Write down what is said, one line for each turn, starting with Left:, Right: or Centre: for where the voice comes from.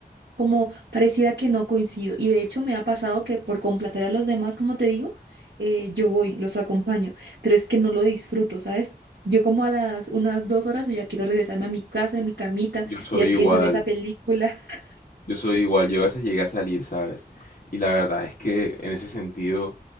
Right: como pareciera que no coincido. Y de hecho me ha pasado que por complacer a los demás, como te digo, eh, yo voy, los acompaño, pero es que no lo disfruto, ¿sabes? Yo como a las unas dos horas yo ya quiero regresarme a mi casa, a mi camita,
Left: Yo soy
Right: ya pienso
Left: igual.
Right: en esa película. <laughs>
Left: Yo soy igual, yo a veces llegué a salir, ¿sabes? Y la verdad es que en ese sentido,